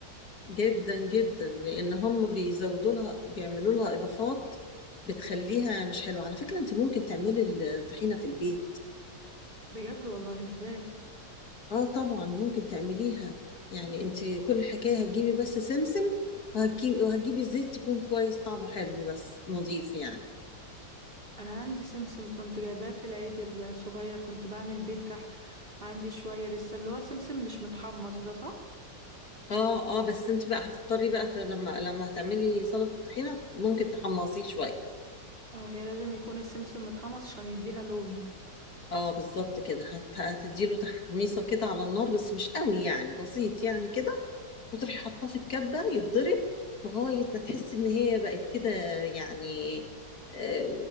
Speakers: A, on the left (about 55°); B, on the right (about 30°).
A: جدا جدا لأن هم بيزودوا لها بيعملوا لها إضافات بتخليها مش حلوة على فكرة أنت ممكن تعملي الطحينة في البيت
B: بجد والله ازاي
A: آه طبعا ممكن تعمليها يعني أنت كل الحكاية هتجيبي بس سمسم وهتجيبي وهتجيبي زيت تكون كويس طعمه حلو بس نظيف يعني
B: أنا عندي سمسم كنت جايباه في العيد الصغير كنت بعمل بيه الكحك عندي شوية لسه اللي هو سمسم مش متحمص ده صح؟
A: اه اه بس انت بقى هتضطري بقى في لما لما هتعملي سلطة الطحينة ممكن تحمصيه شوية
B: اه هي لازم يكون السمسم متحمص عشان يديها لون
A: اه بالظبط كده هت... هتديله تحميصة كده على النار بس مش قوي يعني بسيط يعني كده وتروحي حاطاه في الكبة يتضرب لغاية ما تحسي ان هي بقت كده يعني آه